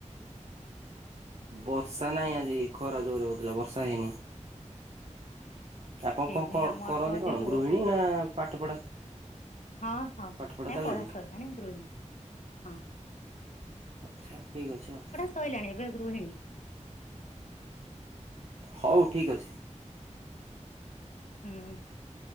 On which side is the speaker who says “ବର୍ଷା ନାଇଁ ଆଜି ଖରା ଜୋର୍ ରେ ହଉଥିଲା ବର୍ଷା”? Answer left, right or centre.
Right